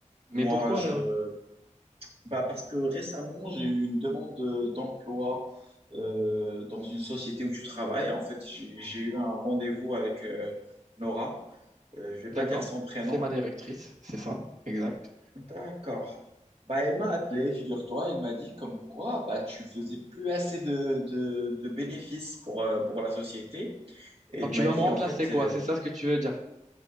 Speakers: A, on the right (about 65°); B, on the right (about 50°).
A: Mais
B: moi,
A: pourquoi
B: je,
A: là?
B: Bah parce que récemment, j'ai eu une demande euh, d'emploi euh, dans une société où tu travailles. En fait, j'ai j'ai eu un rendez-vous avec euh, Nora. Euh, je vais
A: D'accord.
B: pas dire son prénom.
A: C'est ma directrice, c'est ça, exact.
B: D'accord. Bah, elle m'a appelé, figure-toi. Elle m'a dit comme quoi bah, tu faisais plus assez de, de, de bénéfices pour, euh, pour la société. Et
A: Donc
B: elle
A: tu
B: m'a
A: vas
B: dit
A: me remplacer
B: en fait,
A: quoi?
B: euh,
A: C'est ça ce que tu veux dire?